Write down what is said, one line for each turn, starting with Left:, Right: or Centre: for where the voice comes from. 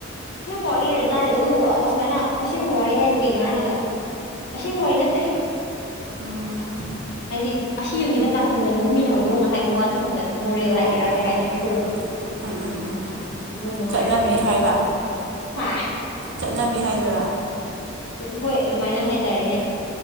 Left: ꯑꯁꯦꯡꯕ ꯋꯥꯔꯤ ꯂꯅ ꯇꯥꯗꯦꯗ ꯑꯗꯨꯕꯨ ꯑꯁꯨꯃꯥꯏꯅ ꯑꯁꯦꯡꯕ ꯋꯥꯔꯤ ꯍꯥꯏꯁꯦ ꯀꯩꯅꯣ ꯍꯥꯏꯔꯀꯥꯟꯗ ꯑꯁꯤꯁꯦꯡꯕꯣꯏ ꯅꯠꯇꯦ
Right: ꯎꯝ
Left: ꯍꯥꯏꯗꯤ ꯑꯁꯤ ꯌ ꯃꯤꯗ ꯀꯥꯜꯍꯟꯒꯅꯨ ꯃꯤꯅ ꯍꯧꯗꯣꯡꯅ ꯍꯥꯏꯕ ꯋꯥꯁ ꯈꯛꯇꯅꯤ ꯃꯣꯔꯦꯜ ꯍꯥꯏꯒꯦꯔꯥ
Right: ꯑꯣ ꯑꯣ
Left: ꯀꯩ
Right: ꯑꯣ
Left: ꯍꯥꯏꯗꯣꯏꯅꯣ ꯑꯩꯈꯣꯏꯔꯣꯝꯗ
Right: ꯎꯝ ꯎꯝ ꯎꯝ ꯎꯝ
Left: ꯑꯗꯨ ꯅꯨꯡꯉꯥꯏꯔꯦ
Right: ꯆꯠꯅꯕꯤ
Left: ꯀꯩꯅꯩꯅꯣ
Right: ꯍꯥꯏꯕ
Left: ꯍꯥ
Right: ꯆꯠꯅꯕꯤ ꯍꯥꯏꯗꯣꯏꯔꯥ
Left: ꯍꯣꯏ ꯑꯗꯨꯃꯥꯏꯅ ꯍꯥꯏꯇꯥꯔꯦꯅꯦ